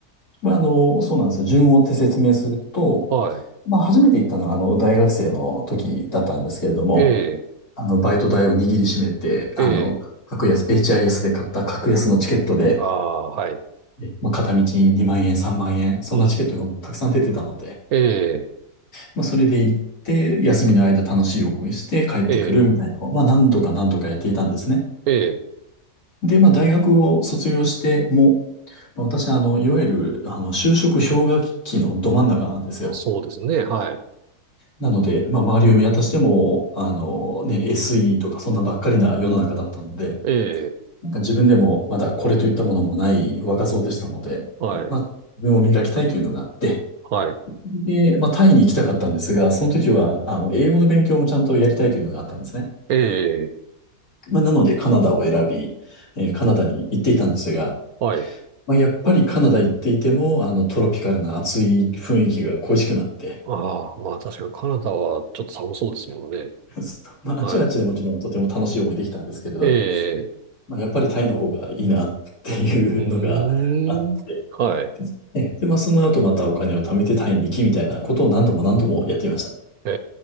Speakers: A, on the left (about 60°); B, on the right (about 65°).
A: まあ、あの、そうなんですよ。順を追って説明すると、
B: はい。
A: まあ、初めて行ったのは、あの、大学生の時だったんですけれども、
B: ええ、
A: あの、バイト代を握りしめて、あの、
B: ええ、
A: 格安、HIS で買った格安のチケットで、
B: ああ、はい。
A: えまあ、片道2万円、3万円、そんなチケットがたくさん出てたので、
B: うん。ええ、
A: まあ、それで行って、休みの間楽しい思いして帰ってくるみたいなのを、
B: ええ、
A: まあ、何度か何度かやっていたんですね。
B: ええ、
A: で、まあ、大学を卒業しても、まあ私、あの、いわゆる、あの、就職氷河期のど真ん中なんですよ。
B: そうですね。はい。
A: なので、まあ、周りを見渡しても、あの、ね、SE とかそんなばっかりな世の中だったので、
B: ええ、
A: なんか自分でもまだこれといったものもない若造でしたので、
B: はい、
A: まあ、自分を磨きたいというのがあって、
B: はい。
A: で、まあ、タイに行きたかったんですが、その時は、あの、英語の勉強もちゃんとやりたいというのがあったんですね。
B: ええ、
A: まあ、なので、カナダを選び、えーカナダに行っていたんですが、
B: はい。
A: まあ、やっぱりカナダ行っていても、あの、トロピカルな暑い雰囲気が恋しくなって、
B: ああ、まあ確かにカナダはちょっと寒そうですもんね。
A: <laughs> まあ、
B: はい。
A: あちはあちでもちろんとても楽しい思いできたんですけれど、
B: ええ、
A: まあ、やっぱりタイの方がいいなっていうのがあって
B: うーん。はい。
A: え、で、まあ、その後またお金を貯めてタイに行きみたいなことを何度も何度もやっていました。
B: え